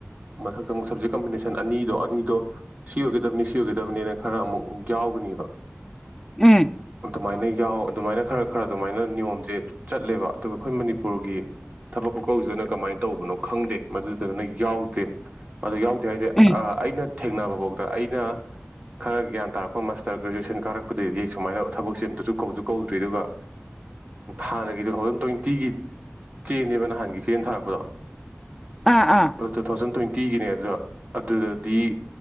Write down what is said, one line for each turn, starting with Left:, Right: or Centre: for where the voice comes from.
Right: ꯑꯗꯃꯨꯛ ꯁꯞꯖꯦꯛ ꯀꯝꯕꯤꯅꯦꯁꯟ ꯑꯅꯤꯗꯣ ꯑꯅꯤꯗꯣ ꯁꯤ ꯑꯣꯏꯒꯗꯕꯅꯤ ꯁꯤ ꯑꯣꯏꯒꯗꯕꯅꯤꯅ ꯈꯔ ꯑꯃꯨꯛ ꯌꯥꯎꯒꯅꯤꯕ
Centre: ꯎꯝ ꯎꯝ
Right: ꯑꯗꯨꯃꯥꯏꯅ ꯌꯥꯎ ꯑꯗꯨꯃꯥꯏꯅ ꯈꯔ ꯈꯔ ꯑꯗꯨꯃꯥꯏꯅ ꯑꯗꯨꯃꯥꯢ ꯌꯥꯎ ꯑꯗꯨꯃꯥꯢꯅ ꯈꯔ ꯈꯔ ꯑꯗꯨꯃꯥꯢꯅ ꯅꯤꯌꯣꯝꯁꯦ ꯆꯠꯂꯦꯕ ꯑꯗꯨꯒ ꯑꯩꯈꯣꯏ ꯃꯅꯤꯄꯨꯔꯒꯤ ꯊꯕꯛ ꯈꯨꯀꯧꯁꯤꯗꯅ ꯀꯃꯥꯏꯅ ꯇꯧꯕꯅꯣ ꯈꯪꯗꯦ ꯃꯗꯨꯗꯅ ꯌꯥꯎ ꯇꯦ ꯑꯗꯥ ꯌꯥꯎꯗꯦ ꯍꯥꯏꯁꯦ
Centre: ꯎꯝ
Right: ꯑꯥ ꯑꯩꯅ ꯊꯦꯡꯅꯕꯐꯥꯎꯕꯗ ꯑꯩꯅ ꯈꯔ ꯒ꯭ꯌꯥꯟ ꯇꯥꯔꯛꯄ ꯃꯥꯁꯇꯔ ꯒ꯭ꯔꯦꯖꯨꯑꯦꯁꯟ ꯀꯥꯔꯛꯄꯗꯩꯗꯤ ꯁꯨꯃꯥꯏꯅ ꯊꯕꯛꯁꯦ ꯑꯝꯇꯁꯨ ꯀꯧꯁꯨ ꯀꯧꯗ꯭ꯔꯤ ꯑꯗꯨꯒ ꯍꯥꯟꯅꯒꯤ ꯇꯨ ꯊꯥꯎꯖꯟ ꯇ꯭ꯋꯦꯟꯇꯤꯒꯤ ꯆꯦꯅꯦꯕ ꯅꯍꯥꯟꯒꯤ ꯆꯦꯟ ꯊꯥꯔꯛꯄꯗꯣ
Centre: ꯑꯥ ꯑꯥ
Right: ꯑꯗꯨ ꯇꯨ ꯊꯥꯎꯖꯟ ꯇ꯭ꯋꯦꯟ ꯇꯤꯒꯤꯅꯦ ꯑꯗꯣ ꯑꯗꯨꯗꯗꯤ